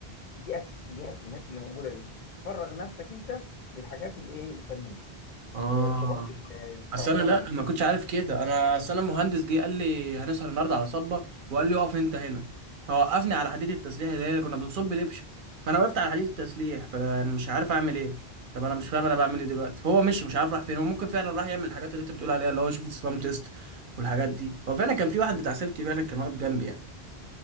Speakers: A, on the left; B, on the right.
A: دي اساسيات الناس اللي موجوده دي فرغ نفسك انت للحاجات الايه الفنيه
B: اه
A: آه، اختبارات ال- آه، الخرسانه
B: اصل انا لا
A: اللي تيجي
B: ما كنتش عارف كده انا اصل انا مهندس جه قال لي هنسهر النهارده على صبه وقال لي اقف انت هنا فوقفني على حديد التسليح اللي هي كنا بنصب الابشه فانا وقفت على حديد التسليح فانا يعني مش عارف اعمل ايه طب انا مش فاهم انا بعمل ايه دلوقتي هو مش مش عارف راح فين هو ممكن فعلا راح يعمل الحاجات اللي انت بتقول عليها اللي هو يشوف السلام تيست والحاجات دي هو فعلا كان في واحد بتاع سيفتي فعلا كان واقف جنبي يعني